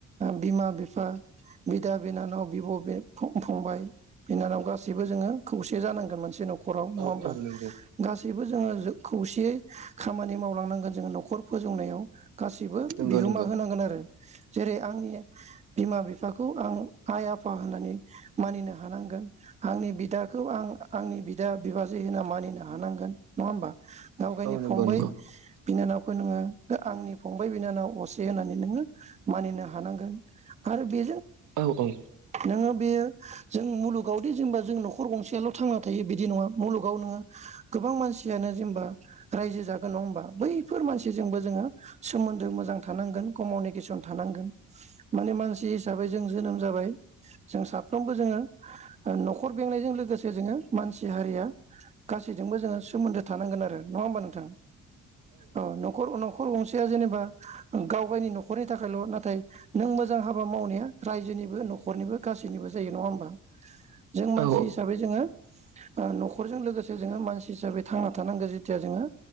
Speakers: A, on the right; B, on the right.
A: बिमा बिफा बिदा बिनानाव बिब' बे फंबाय बिनानाव गासैबो जोङो खौसे जानांगोन मोनसे न'खराव नङा
B: औ
A: होमब्ला
B: औ नंगौ
A: गासैब -बो जोङो खौसेयै खामानि मावलांनांगोन जोङो न'खर फोजौनायाव गासैबो
B: नंगौ
A: बिहोमा
B: नंगौ
A: होनांगोन आरो जेरै आंनि बिमा बिफाखौ आं आइ आफा होननानै मानिनो हानांगोन आंनि बिदाखौ आं आंनि बिदा बिबाजै होनना मानिनो हानांगोन नङा होमबा गावगायनि
B: औ नंगौ
A: फंबाय
B: नंगौ
A: बिनानावखौ नोङो आंनि फंबाय बिनानाव असे होननानै नोङो मानिनो हानांगोन आरो बे
B: औ औ
A: नोङो बेयो जों मुलुगावदि जेनेबा जों न'खर गंसेयाल' थांना थायो बिदि नङा मुलुगाव नोङो गोबां मानसियानो जेनेबा रायजो जागोन नङा होमबा बैफोर मानसिजोंबो जोङो सोमोनदो मोजां थानांगोन कमुनिकेसन थानांगोन माने मानसि हिसाबै जों जोनोम जाबाय जों साफ्रोमबो जोङो न'खर बेंनायजों लोगोसे जोङो मानसि हारिया गासैजोंबो जोङो सोमोन्दो थानांगोन आरो नङा होमबा नोंथां औ न'खर न'खर गंसे जेनेबा गाव गावनि न'खरनि थाखायल' नाथाय नों मोजां हाबा मावनाया रायजोनिबो न -खरनिबो गासैनिबो जायो नङा होमबा जों मानसि
B: औ
A: हिसाबै जोङो ओ न'खरजों लोगोसे जोङो मानसि हिसाबै थांना थानांगौ जेथिया जोङो